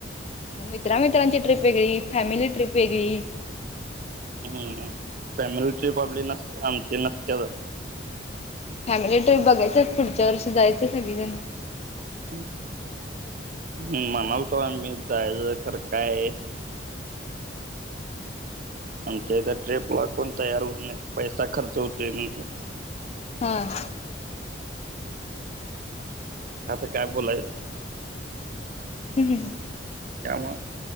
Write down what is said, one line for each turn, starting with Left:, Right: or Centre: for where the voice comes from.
Left: म मित्रांमित्रांची ट्रिप वेगळी फॅमिली ट्रिप वेगळी.
Right: हम्म. फॅमिली ट्रीप आपली नस आमची नसत्यातच.
Left: फॅमिली ट्रिप बघायचं पुढच्या वर्षी जायचं सगळीजण
Right: हम्म म्हणालतो आम्ही जायचं खरं काय? आमच्या इथ ट्रीप ला कोण तयार होत नाहीत पैसा खर्च होतोय म्हणत्यात.
Left: हा.
Right: आता काय बोलाय
Left: हम्म - हम्म.
Right: त्यामुळ-